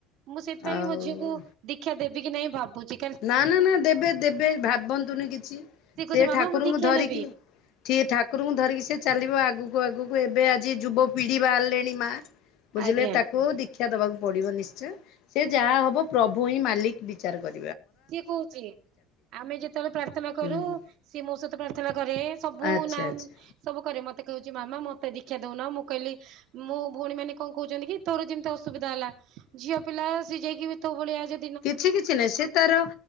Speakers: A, on the right; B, on the left.
A: ମୁଁ ସେଥିପାଇଁ
B: ଆଉ
A: କି ମୋ ଝିଅକୁ ଦୀକ୍ଷା ଦେବି କି ନାଇଁ ଭାବୁଚି!
B: ନା, ନା, ନା ଦେବେ, ଦେବେ। ଭାବନ୍ତୁନି କିଛି,
A: ସିଏ କହୁଛି
B: ସେ
A: ମାମା
B: ଠାକୁରୁଙ୍କୁ
A: ମୁଁ ଦୀକ୍ଷା
B: ଧରିକି
A: ନେବି
B: ସିଏ ଠାକୁରଙ୍କୁ ଧରିକି ସେ ଚାଲିବ, ଆଗକୁ ଆଗକୁ ଏବେ ଆଜି ଯୁବପିଢି ବାହାରିଲେଣି ମାଆ। ବୁଝିଲେ,
A: ଆଜ୍ଞା
B: ତାକୁ ଦୀକ୍ଷା ଦବାକୁ ପଡିବ ନିଶ୍ଚୟ। ସେ ଯାହା ହବ ପ୍ରଭୁ ହିଁ ମାଲିକ ବିଚାର କରି
A: ସିଏ କହୁଚି, ଆମେ ଯେତେବେଳେ ପ୍ରାର୍ଥନା କରୁ,
B: ହୁଁ
A: ସିଏ ମୋ ସହିତ ପ୍ରାର୍ଥନା କରେ। ସବୁ
B: ଆଚ୍ଛା
A: ନାମ୍
B: ଆଚ୍ଛା
A: ସବୁ କରେ। ମତେ କହୁଛି, ମାମା ମତେ ଦୀକ୍ଷା ଦଉନ। ମୁଁ କହିଲି ମୋ ଭଉଣୀ ମାନେ କଣ କହୁଛନ୍ତି କି! ତୋର ଯେମିତି ଅସୁବିଧା ହେଲା, ଝିଅ ପିଲା ସେ ଯାଇକି ବି ତୋ ଭଳିଆ ଯେ
B: କିଛି କିଛି ନାହିଁ। ସେ ତାର